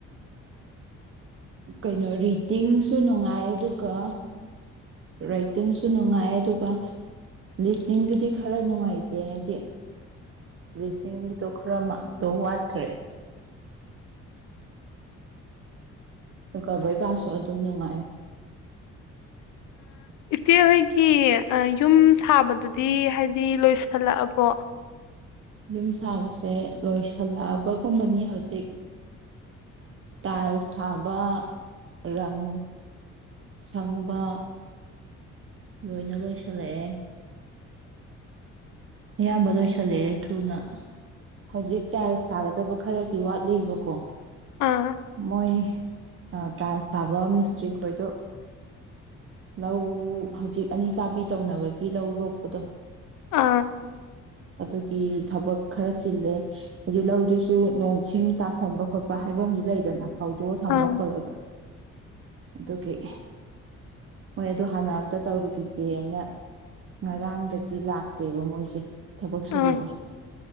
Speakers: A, on the right (about 45°); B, on the left (about 80°).
A: ꯀꯩꯅꯣ ꯔꯤꯗꯤꯡꯁꯨ ꯅꯨꯡꯉꯥꯏ ꯑꯗꯨꯒ ꯔꯥꯏꯇꯤꯡꯁꯨ ꯅꯨꯡꯉꯥꯏ ꯑꯗꯨꯒ ꯂꯤꯁꯅꯤꯡꯗꯨꯗꯤ ꯈꯔ ꯅꯨꯡꯉꯥꯏꯇꯦ ꯍꯥꯏꯗꯤ ꯂꯤꯁꯅꯤꯡꯗꯨꯗꯣ ꯈꯔꯛꯇꯣ ꯋꯥꯠꯈ꯭ꯔꯦ ꯀꯕꯩ ꯄꯥꯁ ꯑꯗꯨꯝ ꯅꯨꯡꯉꯥꯏ
B: ꯏꯆꯦꯍꯣꯏꯒꯤ ꯌꯨꯝ ꯁꯥꯕꯗꯨꯗꯤ ꯍꯥꯏꯗꯤ ꯂꯣꯏꯁꯤꯜꯂꯛꯑꯕꯣ
A: ꯌꯨꯝ ꯁꯥꯕꯁꯦ ꯂꯣꯏꯁꯤꯜꯂꯛꯑꯕꯒꯨꯝꯕꯅꯤ ꯍꯧꯖꯤꯛ ꯇꯥꯏꯜꯁ ꯁꯥꯕ ꯔꯪ ꯁꯪꯕ ꯂꯣꯏꯅ ꯂꯣꯏꯁꯤꯜꯂꯛꯑꯦ ꯑꯌꯥꯝꯕ ꯂꯣꯏꯁꯤꯜꯂꯛꯑꯦ ꯊꯨꯅ ꯍꯧꯖꯤꯛ ꯇꯥꯏꯜ ꯁꯥꯒꯗꯕ ꯈꯔꯗꯤ ꯋꯥꯠꯂꯤꯕꯀꯣ
B: ꯑꯥ
A: ꯃꯣꯏ ꯇꯥꯏꯜ ꯁꯥꯕ ꯃꯤꯁꯇ꯭ꯔꯤꯛ ꯈꯣꯏꯗꯣ ꯂꯧ ꯍꯧꯖꯤꯛ ꯑꯅꯤ ꯆꯕꯤ ꯇꯧꯅꯕꯒꯤ ꯂꯧ ꯂꯣꯛꯄꯗꯣ
B: ꯑꯥ
A: ꯑꯗꯨꯒꯤ ꯊꯕꯛ ꯈꯔ ꯆꯤꯜꯂꯦ ꯍꯥꯏꯗꯤ ꯂꯧꯗꯨꯁꯨ ꯅꯣꯡꯁꯤꯡ ꯇꯥꯁꯟꯕ ꯈꯣꯠꯄ ꯍꯥꯏꯕ ꯑꯝꯨ ꯂꯩꯗꯅ ꯊꯥꯎꯗ ꯊꯝꯃ
B: ꯑꯥ
A: ꯈꯂꯒ ꯑꯗꯨꯗꯨ ꯐꯩ ꯍꯣꯏ ꯑꯗꯨ ꯍꯥꯟꯅ ꯑꯝꯇ ꯇꯧꯔꯨꯈꯤꯒꯦ ꯑꯩꯅ ꯉꯔꯥꯡꯗꯒꯤ ꯂꯥꯛꯇꯦꯕ ꯃꯣꯏꯁꯦ ꯊꯕꯛ ꯁꯨꯕꯕꯣ
B: ꯑꯥ